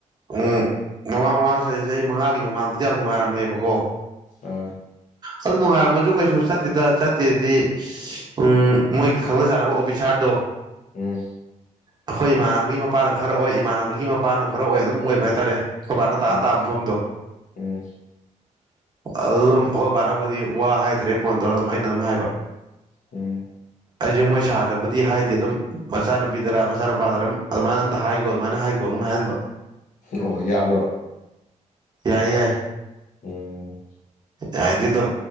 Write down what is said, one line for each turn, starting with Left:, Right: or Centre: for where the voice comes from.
Right: ꯎꯝ ꯃꯃꯥꯡ ꯃꯃꯥꯡ ꯆꯍꯤ ꯆꯍꯤ ꯃꯉꯥꯒꯤ ꯃꯃꯥꯡꯗꯗꯤ ꯌꯥꯝ ꯅꯨꯡꯉꯥꯏꯔꯝꯃꯦꯕꯀꯣ
Left: ꯑꯥ
Right: ꯑꯗꯨ ꯅꯨꯡꯉꯥꯏꯔꯝꯕꯁꯨ ꯀꯩꯁꯨ ꯆꯠꯇꯦꯗ ꯆꯠꯇꯦꯗꯤ ꯎꯝ ꯃꯣꯏꯒꯤ ꯈꯪꯅ ꯆꯥꯟꯅꯕ ꯑꯣꯐꯤꯁꯥꯔꯗꯣ
Left: ꯎꯝ
Right: ꯑꯩꯈꯣꯏ ꯏꯃꯥꯟꯅꯕꯒꯤ ꯃꯄꯥꯅ ꯈꯔ ꯑꯣꯏ ꯏꯃꯥꯟꯅꯕꯒꯤ ꯃꯄꯥꯥꯅ ꯈꯔ ꯑꯣꯏ ꯑꯗꯨꯝ ꯑꯣꯏꯕ ꯍꯥꯏꯇꯥꯔꯦ ꯈ‌ꯣꯏ ꯕꯥꯥꯅ ꯇꯥ
Left: ꯎꯝ
Right: ꯇꯥ ꯃꯐꯝꯗꯣ
Left: ꯎꯝ
Right: ꯑꯗꯨ ꯗꯨꯝ ꯑꯩꯈꯣꯏ ꯕꯥꯅꯕꯨꯗꯤ ꯋꯥ ꯍꯥꯏꯗ꯭ꯔꯦ ꯐꯣꯟ ꯇꯧꯔ ꯑꯗꯨꯝ ꯑꯩꯅ ꯑꯗꯨꯝ ꯍꯥꯏꯕ
Left: ꯎꯝ
Right: ꯑꯩꯖ‌ꯦ ꯃꯣꯏ ꯁꯥꯔꯗꯕꯨꯗꯤ ꯍꯥꯏꯗ‌ꯦ ꯗꯨꯝ ꯃꯆꯥꯅꯨꯄꯤꯗꯔ ꯃꯆꯥꯅꯨꯄꯥꯗꯔ ꯑꯝ ꯑꯗꯨꯃꯥꯏꯅ ꯑꯝꯇ ꯍꯥꯏꯈꯣ ꯑꯗꯨꯃꯥꯏꯅ ꯍꯥꯏꯈꯣ ꯑꯗꯨꯝ ꯍꯥꯏꯍꯟꯕ
Left: ꯑꯣ ꯌꯥꯕ꯭ꯔꯣ
Right: ꯌꯥꯏ ꯌꯥꯏ
Left: ꯑꯣ
Right: <unintelligible> ꯗꯨꯝ